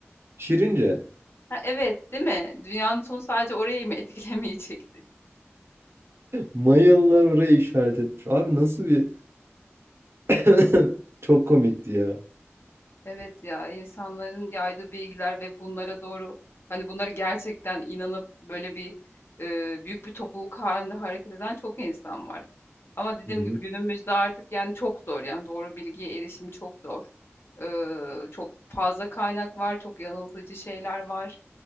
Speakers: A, on the right; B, on the left.
A: Şirince.
B: Ha, evet, değil mi? Dünyanın sonu sadece orayı mı <laughs> etkilemeyecekti?
A: Mayalılar orayı işaret etmiş. Abi nasıl bir... <laughs> Çok komikti ya.
B: Evet ya, insanların yaydığı bilgiler ve bunlara doğru hani bunlara gerçekten inanıp böyle bir e, büyük bir topluluk halinde hareket eden çok insan var. Ama dediğim
A: Hı hı.
B: gibi günümüzde artık yani çok zor yani doğru bilgiye erişim çok zor. Ee, çok fazla kaynak var, çok yanıltıcı şeyler var.